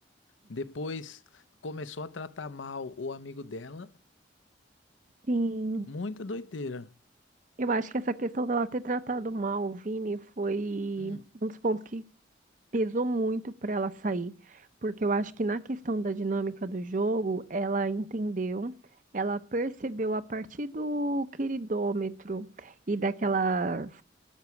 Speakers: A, on the left; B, on the right.
A: depois começou a tratar mal o amigo dela.
B: Sim.
A: Muita doideira.
B: Eu acho que essa questão dela ter tratado mal o Vini foi
A: Hum,
B: um dos pontos que pesou muito para ela sair, porque eu acho que na questão da dinâmica do jogo, ela entendeu, ela percebeu a partir do queridômetro e daquelas